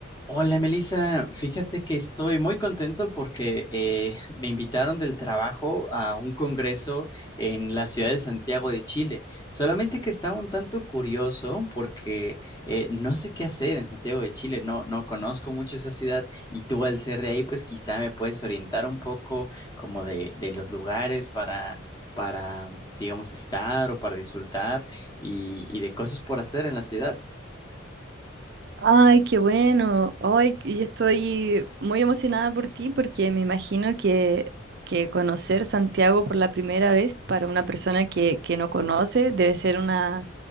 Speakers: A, on the left; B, on the right.
A: Hola Melissa, fíjate que estoy muy contento porque eh, me invitaron del trabajo a un congreso en la ciudad de Santiago de Chile. Solamente que estaba un tanto curioso porque eh, no sé qué hacer en Santiago de Chile, no, no conozco mucho esa ciudad y tú al ser de ahí, pues quizá me puedes orientar un poco como de, de los lugares para, para, digamos, estar o para disfrutar y, y de cosas por hacer en la ciudad.
B: Ay, qué bueno. Ay, y yo estoy muy emocionada por ti porque me imagino que, que conocer Santiago por la primera vez para una persona que, que no conoce debe ser una,